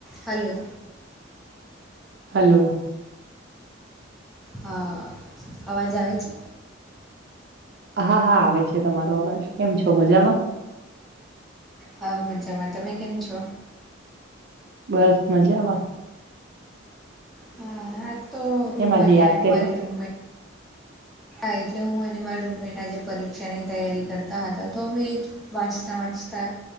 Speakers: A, in the centre; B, on the right.
A: Hello.
B: Hello.
A: હા અવાજ આવે છે?
B: હા હા આવે છે, તમારો અવાજ કેમ છો મજામાં?
A: હા મજામાં, તમે કેમ છો?
B: બસ મજામાં.
A: હા તો
B: કેમાંજ
A: હું અને
B: યાદ કરીએ?
A: મારી રૂમમેટ એટલે હું અને મારા રૂમમેટ આજે પરીક્ષા ની તૈયારી કરતા હતા, તો અમે એ જ વાજતા વાજતા